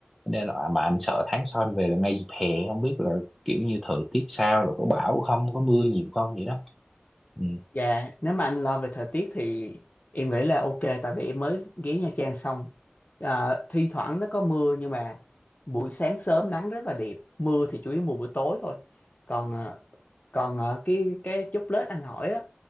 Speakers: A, in the centre; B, on the left.
A: nên là mà anh sợ tháng sau anh về là ngay dịp hè không biết là kiểu như thời tiết sao rồi có bão không có mưa nhiều không vậy đó Ừ.
B: dạ nếu mà anh lo về thời tiết thì em nghĩ là ok tại vì em mới ghé Nha Trang xong à, thi thoảng nó có mưa nhưng mà buổi sáng sớm nắng rất là đẹp mưa thì chủ yếu mùa buổi tối thôi còn à, còn à, cái cái chốc lết anh hỏi á